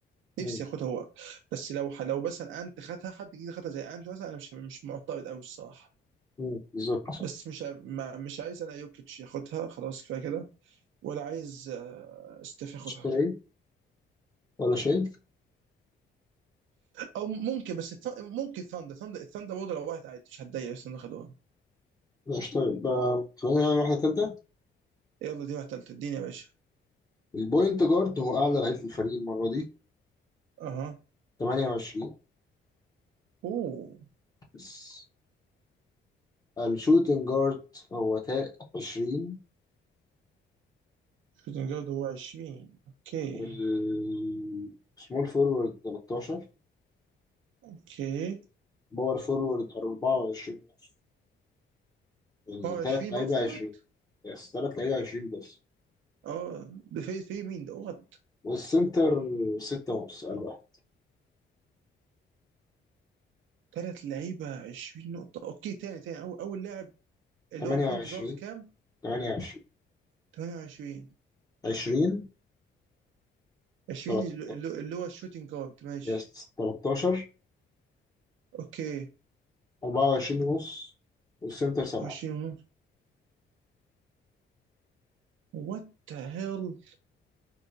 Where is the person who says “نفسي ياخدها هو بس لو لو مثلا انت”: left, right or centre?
Right